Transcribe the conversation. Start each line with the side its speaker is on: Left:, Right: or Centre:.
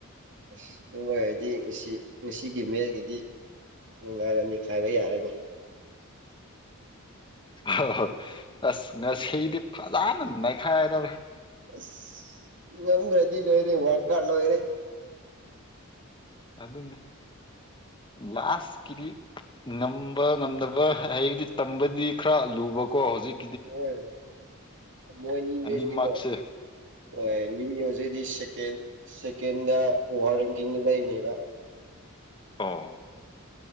Right: ꯑꯁ ꯑꯗꯨꯅꯨꯡꯉꯥꯏꯔꯗꯤ ꯉꯁꯤ ꯉꯁꯤꯒꯤ ꯃꯦꯁꯀꯤꯗꯤ ꯅꯨꯡꯉꯥꯏꯔꯅꯤꯈꯥꯏꯕ ꯌꯥꯔꯒꯣ
Left: ꯍꯣꯏ ꯍꯣꯏ ꯑꯁ ꯉꯁꯤꯗꯤ ꯐꯖꯅ ꯅꯅꯥꯈꯥꯏꯗꯧꯔꯦ
Right: ꯑꯁ ꯉꯝꯗ꯭ꯔꯗꯤ ꯂꯣꯏꯔꯦ ꯋꯥꯔꯀꯥꯔ ꯂꯣꯏꯔꯦ
Left: ꯑꯗꯨꯅꯤ ꯂꯥꯁꯀꯤꯗꯤ ꯉꯝꯕ ꯉꯝꯗꯕ ꯍꯩꯕꯗꯤ ꯇꯝꯕꯗꯤ ꯈꯔ ꯂꯨꯕꯀꯣ ꯍꯧꯖꯤꯛ
Right: ꯍꯣꯏ ꯃꯣꯏꯅꯤ
Left: ꯑꯅꯤꯃꯛꯁꯦ
Right: ꯃꯦꯁꯅꯤꯀꯣ ꯍꯣꯏ ꯃꯤ ꯍꯧꯖꯤꯛ ꯁꯦꯀꯦꯟꯗ ꯑꯣꯚꯔ ꯔꯦꯡꯀꯤꯡ ꯂꯩꯕꯅꯦꯕ
Left: ꯑꯣ